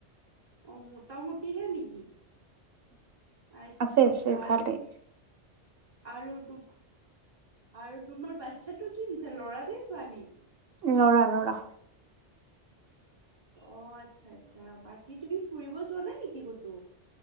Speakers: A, on the right; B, on the right.
A: অঁ মুটা-মুটি হে' নেকি। <inaudible> আচ্ছা,
B: আছে
A: আচ্ছা।
B: আছে ভালেই
A: আৰু <unintelligible> আৰু তোমাৰ বাতচ্ছা টো কি নিছা ল'ৰা নে ছোৱালী?
B: ল'ৰা, ল'ৰা।
A: অঁ আচ্ছা, আচ্ছা। বাকী তুমি ফুৰিব যোৱা নাই নেকি ক'তো?